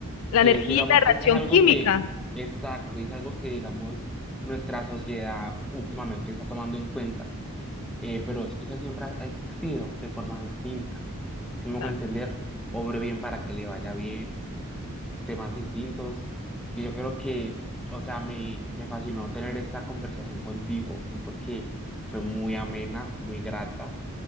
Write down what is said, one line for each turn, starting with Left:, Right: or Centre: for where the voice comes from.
Left: la
Centre: que
Left: energía
Centre: es, digamos,
Left: y la reacción
Centre: es, es algo
Left: química.
Centre: que, exacto, es algo que, digamos, nuestra sociedad últimamente está tomando en cuenta, eh, pero eso siempre ha ha existido de forma distinta. Si me
Left: Exacto.
Centre: hago entender, obre bien para que le vaya bien temas distintos. Y yo creo que, o sea, me, me fascinó tener esta conversación contigo. Siento que fue muy amena, muy grata.